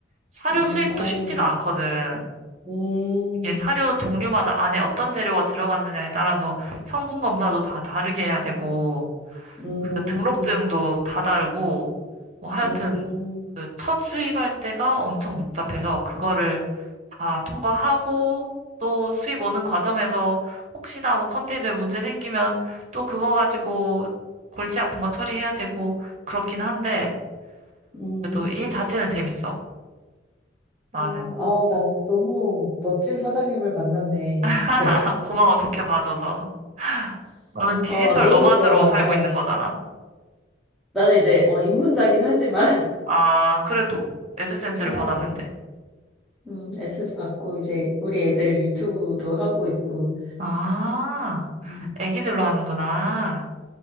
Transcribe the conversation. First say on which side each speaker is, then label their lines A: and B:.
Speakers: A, on the right (about 40°); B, in the centre.
A: 사료
B: 어,
A: 수입도
B: 아,
A: 쉽지가 않거든.
B: 음,
A: 이게 사료 종류마다 안에 어떤 재료가 들어갔느냐에 따라서 성분 검사도 다 다르게 해야 되고,
B: 음,
A: 그 등록증도 다 다르고, 뭐 하여튼
B: 음,
A: 그 첫 수입할 때가 엄청 복잡해서 그거를 다 통과하고 또 수입 오는 과정에서 혹시나 뭐 컨테이너에 문제 생기면 또 그거 가지고 골치 아픈 거 처리해야 되고 그렇긴 한데
B: 음.
A: 그래도 일 자체는 재밌어. 나는.
B: 어, 아, 나 너무 멋진 사장님을 만났네.
A: <laughs>
B: <laughs> 내가,
A: 고마워, 좋게 봐줘서. 너는 디지털
B: 어, 너무
A: 노마드로
B: 부러워.
A: 살고
B: 어,
A: 있는 거잖아.
B: 나는 이제, 어, 입문자긴 하지만.
A: 아, 그래도 애드센스를
B: 해야지.
A: 받았는데.
B: 음, 에센스 받고 이제 우리 애들 유튜브도 하고 있고,
A: 아,
B: 음.
A: 애기들로 하는구나.